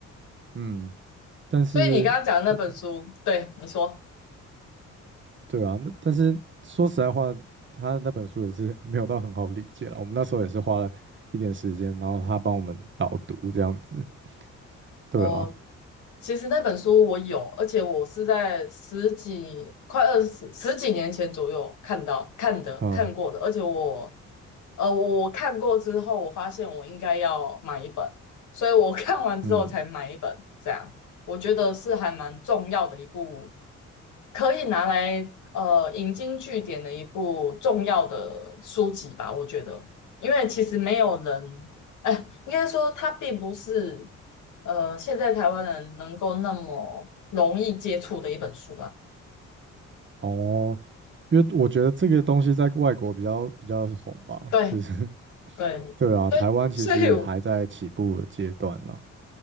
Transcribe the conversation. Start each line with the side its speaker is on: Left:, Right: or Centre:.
Right: 嗯，但是我
Left: 所以你刚刚讲的那本书，对你说。
Right: 对啊，那但是说实在话，他的那本书也是没有到很好理解了，我们那时候也是花了一点时间，然后他帮我们导读这样子，对啊，
Left: 哦，其实那本书我有，而且我是在十几、快二十、十几年前左右看到、看的、
Right: 嗯
Left: 看过的。而且我，呃，我我看过之后，我发现我应该要买一本，所以我看完之后才买一本。
Right: 嗯，
Left: 这样，我觉得是还蛮重要的一部可以拿来呃引经据典的一部重要的书籍吧，我觉得，因为其实没有人，哎，应该说它并不是呃现在台湾人能够那么容易接触的一本书吧。
Right: 哦，因为我觉得这个东西在外国比较比较红吧，
Left: 对
Right: 就是 <laughs>
Left: 对对，
Right: 对啊，台湾其实还在起步的阶段啦。
Left: 所以我